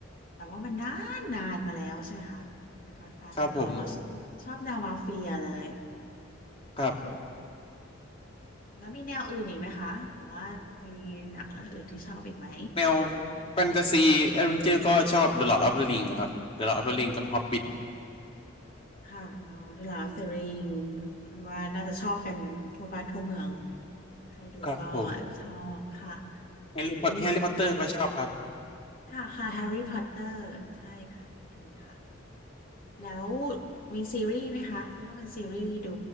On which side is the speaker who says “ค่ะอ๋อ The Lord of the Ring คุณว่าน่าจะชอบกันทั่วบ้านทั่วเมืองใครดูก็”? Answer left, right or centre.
Left